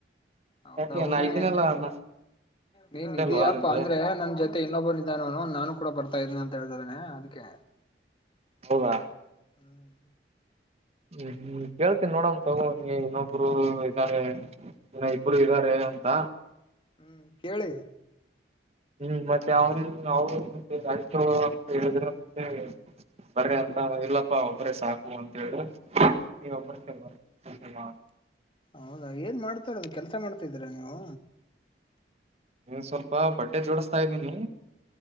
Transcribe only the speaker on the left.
ಹೌದಾ
ಒಬ್ಬನೇ
<unintelligible>
ನೀನ್
ಇದೀಯಪ್ಪ
ಅಂದ್ರೆ ನನ್ ಜೊತೆ ಮತ್ತೆ ಇನ್ನೊಬ್ಬನಿದಾನ ಅವನು ನಾನು ಕೂಡ ಬರ್ತಾ ಇದ್ದೀನಿ ಅಂತ ಹ ಹೇಳ್ತಿದಾನೆ ಅದಕ್ಕೆ
ಹ್ಮ್
ಹ್ಮ್ ಕೇಳಿ
ಹೌದಾ ಏನ್ ಮಾಡ್ತಾರದು ಕೆಲ್ಸ ಮಾಡ್ತಿದ್ದೀರಾ ನೀವು